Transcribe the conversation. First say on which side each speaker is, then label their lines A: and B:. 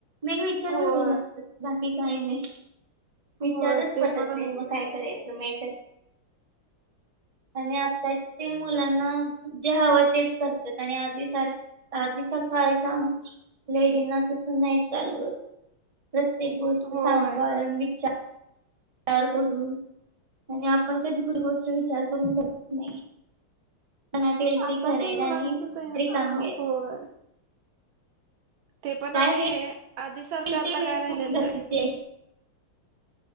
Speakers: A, on the right; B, on the right.
A: मीन विचारवटायला
B: होय
A: लागत बाकी काय नाही विचारच
B: होय ते
A: पटत
B: पण आहे
A: नाही मग काय? यच मत आणि आता ते मुलांना जे हवं तेच करतात आणि आधी सारख आधीच्या काळच्या लेडीना तस नाही चाल प्रत्येक गोष्ट
B: होय
A: सांभाळून विचार तर करून आणि आपण कधी कुठ गोष्ट विचार करून समत नाही. मनात येईल
B: आताच्या
A: ती करायचं
B: मुलांच
A: आणि
B: ते
A: रिकाम
B: होय
A: व्ह्याच.
B: ते पण आहे
A: काय
B: आधी सारखं
A: होईल
B: आता
A: ते होईल
B: काय राहिलेलं
A: घरचे
B: नाही.